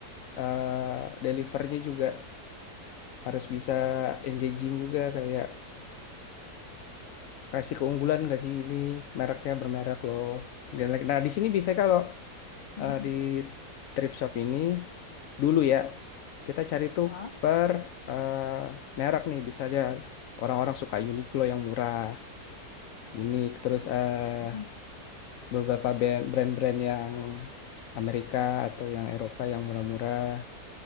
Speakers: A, on the left; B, on the left.
A: eh delivernya juga harus bisa engaging juga kayak kasih keunggulan nggak sih ini mereknya bermerek loh. Nah di sini bisa kalau
B: Mm-mm.
A: eh, di thrift shop ini dulu ya kita cari tuh
B: Hah?
A: per eh, merek nih misalnya orang-orang suka Uniqlo yang murah, unik terus eh
B: Mm-mm.
A: beberapa band- brand-brand yang Amerika atau yang Eropa yang murah-murah.